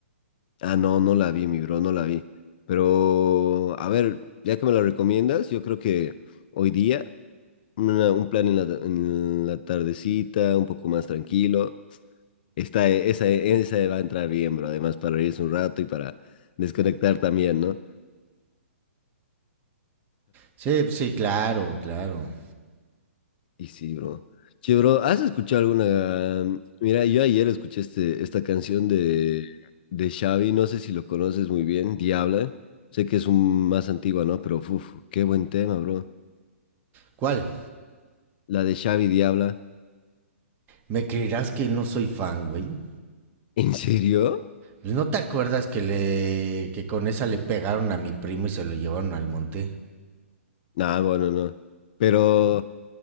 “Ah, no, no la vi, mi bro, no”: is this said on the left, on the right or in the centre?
Left